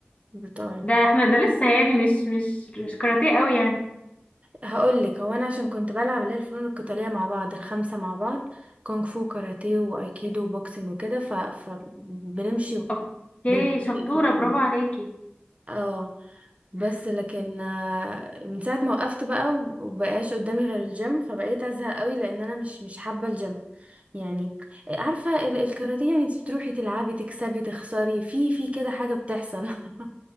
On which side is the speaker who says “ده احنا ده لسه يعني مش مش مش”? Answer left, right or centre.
Left